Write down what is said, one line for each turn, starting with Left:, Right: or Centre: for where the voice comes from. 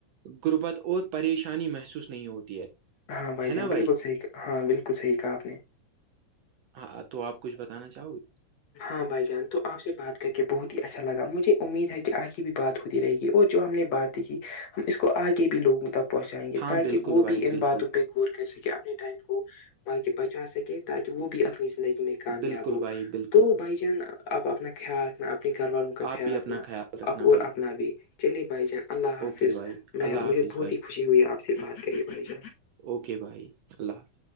Right: غربت اور پریشانی محسوس نہیں ہوتی ہے
Left: ہاں بھائی
Right: ہے نا
Left: جان بالکل صحیح ہاں بالکل صحیح کہا آپ نے
Right: ہاں تو آپ کچھ بتانا چاہو گی
Left: ہاں بھائی جان تو آپ سے بات کر کے بہت ہی اچھا لگا مجھے امید ہے کہ آگے بھی بات ہوتی رہے گی اور جو ہم نے باتیں کی ہم اس کو آگے بھی لوگوں تک پہنچائیں گے
Right: ہاں
Left: تاکہ
Right: بالکل
Left: وہ
Right: بھائی
Left: بھی ان
Right: بالکل
Left: باتوں ور کر سکے اپنے ٹائم کو بلکہ بچا سکے تاکہ وہ بھی اپنی زندگی میں کامیاب
Right: بالکل
Left: ہو
Right: بھائی بالکل
Left: تو بھائی جان آپ اپنا خیال رکھنا اپنے گھر والوں کا
Right: آپ
Left: خیال
Right: بھی
Left: رکھنا
Right: اپنا خیال رکھنا
Left: ا اور
Right: بھائی
Left: اپنا بھی چلیے بھائی جان اللہ
Right: اوکے
Left: حافظ
Right: بھائی
Left: میں
Right: اللہ
Left: مجھے
Right: حافظ
Left: بہت
Right: بھائی
Left: ہی خوشی ہوئی آپ سے بات کریے بھائی جانب
Right: اوکے بھائی اللہ حافظ